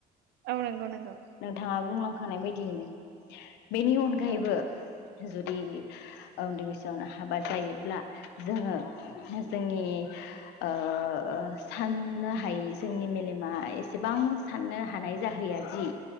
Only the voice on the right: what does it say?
औ नंगौ नंगौ
औ